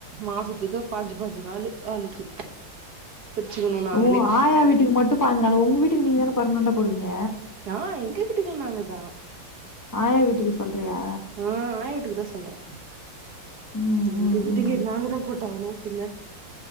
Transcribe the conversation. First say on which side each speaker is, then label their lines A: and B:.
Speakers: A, on the right; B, on the left.
A: மாசத்துக்கு பாஞ்சு பாஞ்சு நாளு ஆளுக்கு பிரிச்சுக்கணு நாங்களே
B: ஓ ஆயா வீட்டுக்கு மட்டு பனஞ்சு நாளு உங்க வீட்டுக்கு நீங்க தான பர்மனென்டா போடுவீங்க
A: ஆ எங்க வீட்டுக்குள் நாங்கதா
B: ஆயா வீட்டுக்கு சொல்றியா
A: ஆ ஆய வீட்டுக்கு தா சொல்றே
B: ம்
A: எங்க
B: ம்
A: வீட்டுக்கு
B: ம்
A: நாங்கதா போட்டாவனு பின்ன